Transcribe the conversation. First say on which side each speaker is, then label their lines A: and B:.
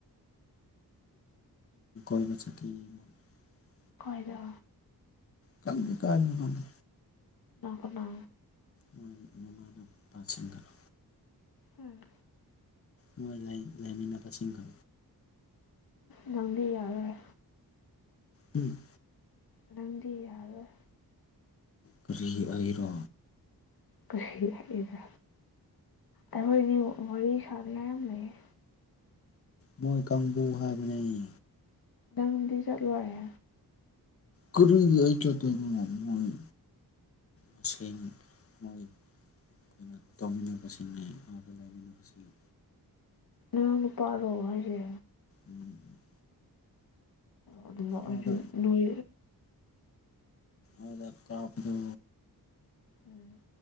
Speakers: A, on the left (about 35°); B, on the left (about 70°).
A: <unintelligible>
B: ꯈꯣꯏꯗꯣ
A: ꯀꯝꯒꯤ ꯀꯥꯏꯗꯅꯣ ꯒꯥ
B: ꯂꯅ ꯈꯨꯅꯥ
A: ꯃꯣꯏ ꯃꯃꯥꯅ ꯄꯥꯁꯤꯟꯒꯥꯅꯥ
B: ꯎꯝ
A: ꯃꯣꯏ ꯂ ꯂꯩꯃꯤꯟꯅꯕꯁꯤꯡꯁꯤꯡꯒ
B: ꯅꯡꯗꯤ ꯌꯥꯔꯣꯏ
A: ꯎꯝ
B: ꯅꯡꯗꯤ ꯌꯥꯔꯣꯏ
A: ꯀꯔꯤ ꯍꯥꯏꯔꯣ
B: ꯀꯨꯁꯤ ꯍꯥꯏꯗ ꯑꯩꯈꯣꯏꯗꯤ ꯋꯥꯔꯤ ꯁꯥꯕꯅ ꯌꯥꯝ ꯂꯩꯌꯦ
A: ꯃꯣꯏ ꯀꯥꯡꯕꯨ ꯍꯥꯏꯕꯅꯤ
B: ꯗꯥꯡꯗꯤ ꯆꯠꯂꯣꯏꯔꯦ
A: ꯀꯨꯔꯨꯒꯤ ꯑꯣꯏ ꯆꯣꯏ ꯃꯣꯏ ꯃꯁꯦꯟ ꯃꯣꯏ ꯑꯩꯈꯣꯏꯅ ꯇꯧꯃꯤꯟꯅꯕꯁꯤꯡꯅꯤ ꯑꯗꯨꯒ ꯂꯩꯃꯤꯟꯅꯕꯁꯤꯡ
B: ꯅꯅ ꯄꯥꯔꯣ ꯍꯥꯏꯁꯦ
A: ꯎꯝ
B: ꯑꯗꯨꯅꯥ ꯑꯩꯁꯨ
A: ꯑꯥꯗ
B: ꯅꯣꯏ
A: ꯑꯗꯗ ꯀꯥꯞꯗꯨ
B: ꯎꯝ